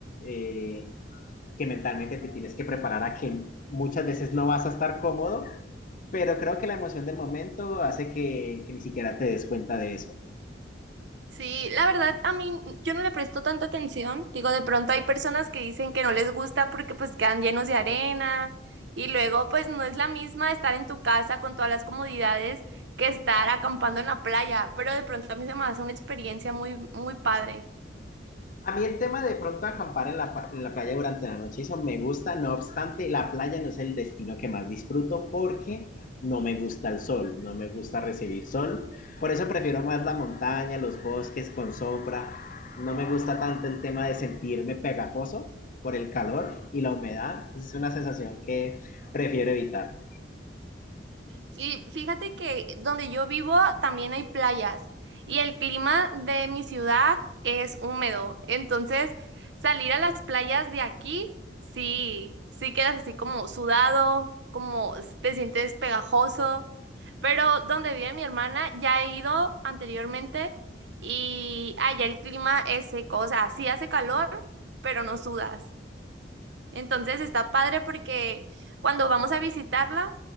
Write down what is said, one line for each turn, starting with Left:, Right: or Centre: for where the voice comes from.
Left: eh, que mentalmente te tienes que preparar a que muchas veces no vas a estar cómodo, pero creo que la emoción del momento hace que, que ni siquiera te des cuenta de eso.
Right: Sí, la verdad, a mí yo no le presto tanta atención. Digo, de pronto hay personas que dicen que no les gusta porque pues quedan llenos de arena y luego pues no es la misma estar en tu casa con todas las comodidades que estar acampando en la playa, pero de pronto a mí se me hace una experiencia muy, muy padre.
Left: A mí el tema de pronto acampar en la, en la playa durante la noche, eso me gusta, no obstante, la playa no es el destino que más disfruto porque no me gusta el sol, no me gusta recibir sol. Por eso prefiero más la montaña, los bosques con sombra. No me gusta tanto el tema de sentirme pegajoso por el calor y la humedad. Es una sensación que prefiero evitar.
Right: Sí, fíjate que donde yo vivo también hay playas y el clima de mi ciudad es húmedo. Entonces, salir a las playas de aquí, sí, sí quedas así como sudado, como te sientes pegajoso. Pero donde vive mi hermana, ya he ido anteriormente y allá el clima es seco, o sea, sí hace calor, pero no sudas. Entonces está padre porque cuando vamos a visitarla